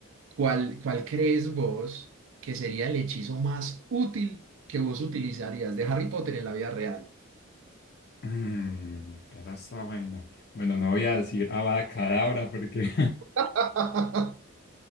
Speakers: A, on the right; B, on the left.
A: ¿cuál, cuál crees vos que sería el hechizo más útil que vos utilizarías de Harry Potter en la vida real?
B: Mm, esa está buena. Bueno, no voy a decir Avada Kedavra porque...
A: <laughs>